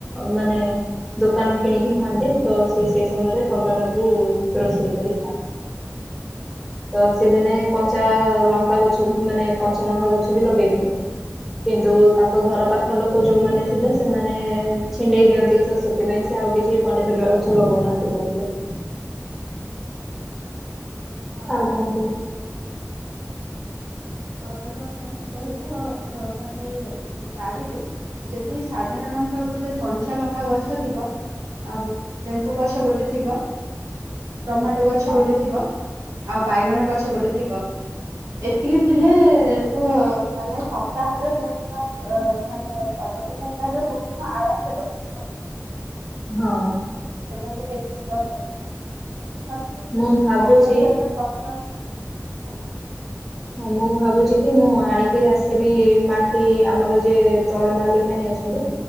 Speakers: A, in the centre; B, on the right (about 70°).
A: ମାନେ ଦୋକାନରୁ କିଣିକି ଖାଆନ୍ତି ତ ସିଏ ସେଇ ସମୟରେ କଲରା କୁ ରୋଷେଇ କରିକି ଖାଆନ୍ତି। ତ ସେଦିନେ କଞ୍ଚା ଲଙ୍କା ଗଛ ବି ମାନେ କଞ୍ଚା ଲଙ୍କା ଗଛ ବି ଲଗେଇଥିଲେ। କିନ୍ତୁ ତାଙ୍କ ଘର ପାଖ ଲୋକ ଯୋଉମାନେ ଥିଲେ ସେମାନେ ଛିଣ୍ଡେଇ ଦିଅନ୍ତି ତ ସେ ସେଥିପାଇଁ ସେ ଆଉ କିଛି ପନିପରିବା ଗଛ ଲଗଉନାହାନ୍ତି କହୁଥିଲେ।
B: ହଁ
A: ଆଉ କଣ କୁହ?
B: କଲରା ସହିତ ଅ ମାନେ ବାଡିରେ ଯଦି ସାଧାରଣତଃ ଗୋଟେ କଞ୍ଚା ଲଙ୍କା ଗଛ ଥିବ। ଆଉ ଲେମ୍ୱୁ ଗଛ ଗୋଟେ ଥିବ। ଟମାଟୋ ଗଛ
A: ହଁ।
B: ଗୋଟେ ଥିବ, ଆଉ ବାଇଗଣ ଗଛ ଗୋଟେ ଥିବ ଏତିକି ଥିଲେ ତ ମାନେ ସପ୍ତାହର ଦୁଇ ମାନେ ସାଗତ ସପ୍ତାହରେ ଦୁଇ ଦିନ ଆରାମସେ କଟିଯିବ
A: ହଁ।
B: <unintelligible> ଥିବ କିଛି ନଥିଲେ ବି
A: ମୁଁ ଭାବୁଚି
B: <unintelligible> ହଁ,
A: ହଁ ମୁଁ ଭାବୁଛି କି ମୁଁ ଆଣିକି ଆସିବି ମାଟି ଆମର ଯିଏ ତଳେ ମାଲିକ ଆଣି ଅଛନ୍ତି।